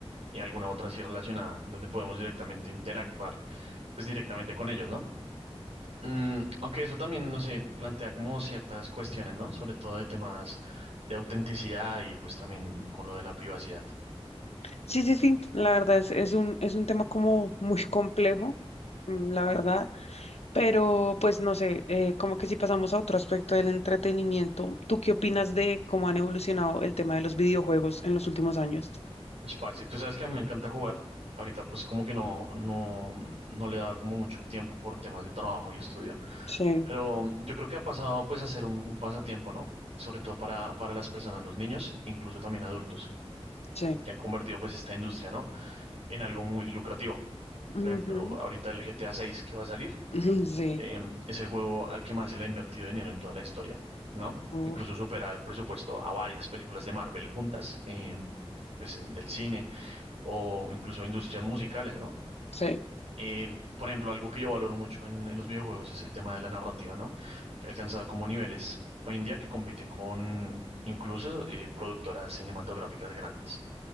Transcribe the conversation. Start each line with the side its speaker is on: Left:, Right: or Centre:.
Right: y alguna otra así relacionada, donde podemos directamente interactuar, pues directamente con ellos, ¿no? Mm, aunque eso también, no sé, plantea como ciertas cuestiones, ¿no? Sobre todo de temas de autenticidad y pues también con lo de la privacidad.
Left: sí, sí, sí, la verdad es, es un, es un tema como muy complejo, mm, la verdad. Pero pues no sé, eh, como que si pasamos a otro aspecto del entretenimiento, ¿tú qué opinas de cómo han evolucionado el tema de los videojuegos en los últimos años?
Right: Pues, Parce, tú sabes que a mí me encanta jugar. Ahorita pues como que no, no, no le da como mucho el tiempo por temas de trabajo y estudio.
Left: Sí,
Right: Pero yo creo que ha pasado pues a ser un, un pasatiempo, ¿no? Sobre todo para, para las personas, los niños, e incluso también adultos,
Left: sí.
Right: que han convertido pues esta industria, ¿no? En algo muy lucrativo.
Left: Ujú.
Right: Por ejemplo, ahorita el GTA 6 que va a salir,
Left: <laughs> Sí,
Right: eh, es el juego al que más se le ha invertido dinero en toda la historia, ¿no?
Left: uf,
Right: Incluso supera el presupuesto a varias películas de Marvel juntas, eh, pues en- del cine o incluso industrias musicales, ¿no?
Left: sí.
Right: Eh, por ejemplo, algo que yo valoro mucho en, en los videojuegos es el tema de la narrativa, ¿no? Que ha alcanzado como niveles hoy en día que compiten con incluso eh, productoras cinematográficas grandes.